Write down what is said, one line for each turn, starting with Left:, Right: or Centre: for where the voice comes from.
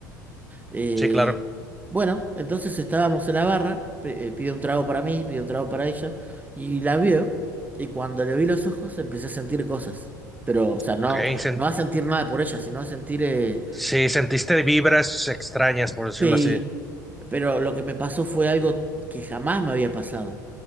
Right: Eh,
Centre: sí, claro.
Right: bueno, entonces estábamos en la barra, pe- eh, pide un trago para mí, pide un trago para ella, y la veo, y cuando le vi los ojos empecé a sentir cosas. Pero, o sea,
Centre: Ok,
Right: no,
Centre: sen-
Right: no a sentir nada por ella, sino a sentir... eh,
Centre: sí, sentiste vibras extrañas, por decirlo
Right: sí,
Centre: así.
Right: pero lo que me pasó fue algo que jamás me había pasado.